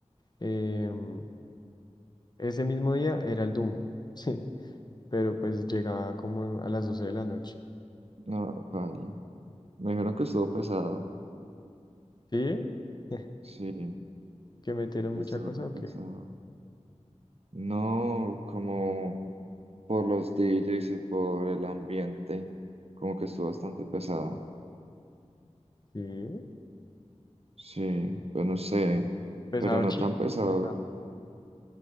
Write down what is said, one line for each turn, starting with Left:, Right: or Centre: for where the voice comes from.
Left: em, ese mismo día era el Doom. <laughs> Sí, pero pues llegaba como a las doce de la noche.
Right: No, paila. Me dijeron que estuvo pesado.
Left: ¿Sí? <laughs>
Right: Sí,
Left: ¿Que metieron
Right: que
Left: mucha
Right: estuvo
Left: cosa
Right: re
Left: o
Right: pesado.
Left: qué?
Right: No, como por los DJs y por el ambiente, como que estuvo bastante pesado.
Left: Sí,
Right: Sí, pues no sé,
Left: pesado
Right: pero no
Left: chino,
Right: tan pesado.
Left: pesado.